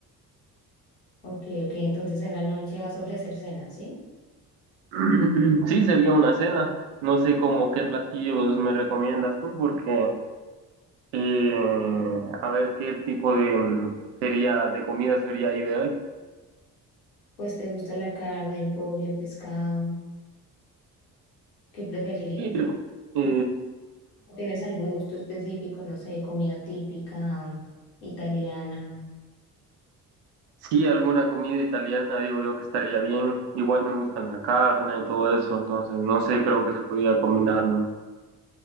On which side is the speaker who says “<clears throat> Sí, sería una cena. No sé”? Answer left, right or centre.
Right